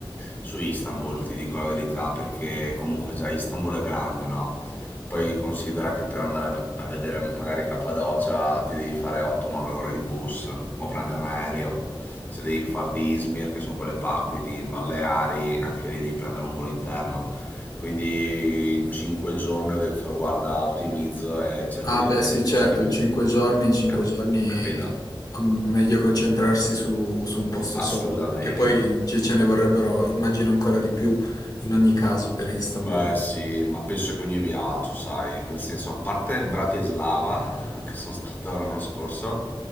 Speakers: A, on the left; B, on the left.
A: Su Istanbul, ti dico la verità, perché comunque già Istanbul è grande, no? Poi considera che per andare a vedere magari Cappadocia ti devi fare 8-9 ore di bus o prendere un aereo. Se devi farti Izmir, che sono quelle parti lì in Baleari, anche lì devi prendere un volo interno. Quindi in 5 giorni ho detto guarda, ottimizzo e cerco
B: Ah,
A: di
B: beh,
A: vedere
B: sì,
A: il più possibile.
B: certo, in cinque giorni, in cinque
A: Cap-
B: giorni
A: capito?
B: com- meglio concentrarsi su, su un posto solo,
A: Assolutamente.
B: che poi ci- ce ne vorrebbero, immagino, ancora di più in ogni caso per Istanbul.
A: Beh sì, ma penso che ogni viaggio, sai, nel senso, a parte Bratislava, <laughs> che sono stato l'anno scorso,